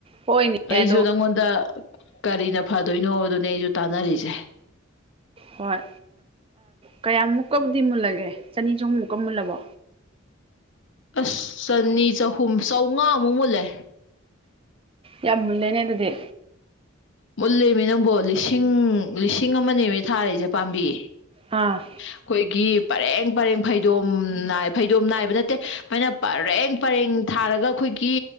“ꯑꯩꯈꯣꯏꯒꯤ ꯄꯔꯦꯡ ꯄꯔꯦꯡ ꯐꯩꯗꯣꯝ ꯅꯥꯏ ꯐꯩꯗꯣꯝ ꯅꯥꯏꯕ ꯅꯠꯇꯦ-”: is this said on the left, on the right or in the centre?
Left